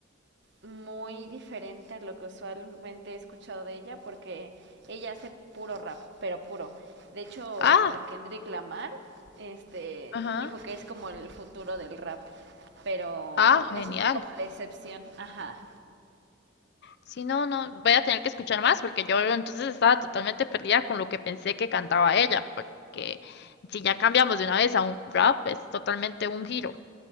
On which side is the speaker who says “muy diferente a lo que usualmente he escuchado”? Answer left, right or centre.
Right